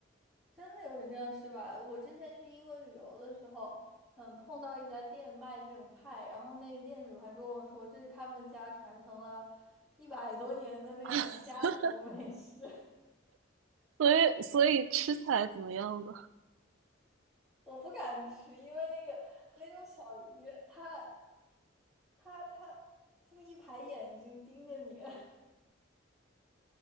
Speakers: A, in the centre; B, on the right (about 80°).
A: 真的有人这样吃吧？我之前去英国旅游的时候，嗯，碰到一家店卖这种派，然后那个店主还跟我说，这是他们家传承了一百多年的那种家族美食。
B: <laughs>
A: <laughs>
B: 所以所以吃起来怎么样呢？
A: 我不敢吃，因为那个那种小鱼，它它它就一排眼睛盯着你。<laughs>